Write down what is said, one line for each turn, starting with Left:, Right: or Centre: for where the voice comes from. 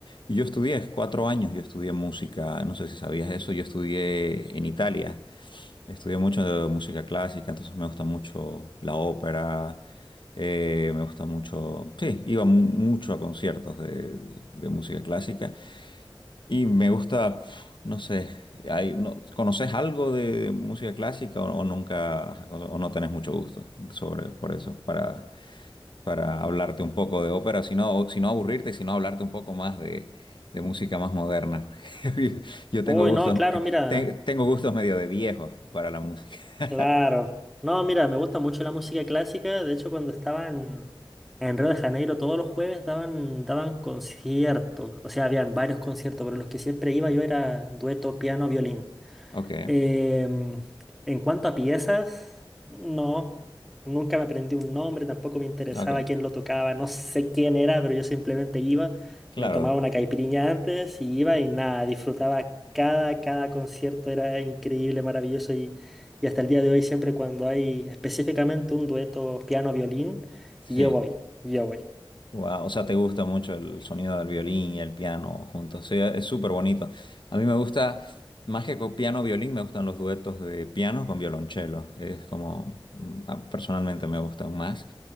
Left: Y yo estudié, cuatro años yo estudié música, no sé si sabías eso, yo estudié en Italia, estudié mucho de música clásica, entonces me gusta mucho la ópera, eh, me gusta mucho, sí, iba mu- mucho a conciertos de, de música clásica. Y me gusta, pf, no sé, hay, no, ¿conoces algo de, de música clásica o, o nunca, o, o no tenés mucho gusto sobre, por eso, para, para hablarte un poco de ópera, sino, sino aburrirte, sino hablarte un poco más de, de música más moderna? <laughs> Yo tengo
Centre: Uy,
Left: gustos,
Centre: no, claro, mira,
Left: te- tengo gustos medio de viejo para la música. <laughs>
Centre: claro. No, mira, me gusta mucho la música clásica. De hecho, cuando estaban en en Río de Janeiro, todos los jueves daban, daban conciertos. O sea, habían varios conciertos, pero los que siempre iba yo era dueto piano-violín.
Left: Ok,
Centre: Em, en cuanto a piezas, no, nunca me aprendí un nombre, tampoco me interesaba
Left: ok,
Centre: quién lo tocaba, no sé quién era, pero yo simplemente iba,
Left: claro,
Centre: me tomaba una caipirinha antes y iba y nada, disfrutaba cada, cada concierto, era increíble, maravilloso y, y hasta el día de hoy siempre cuando hay específicamente un dueto piano-violín,
Left: sí.
Centre: yo voy, yo voy.
Left: Wow, o sea, te gusta mucho el sonido del violín y el piano juntos. Sí, es súper bonito. A mí me gusta, más que con piano violín, me gustan los duetos de piano con violonchelo. Es como, mm, ah, personalmente me gustan más.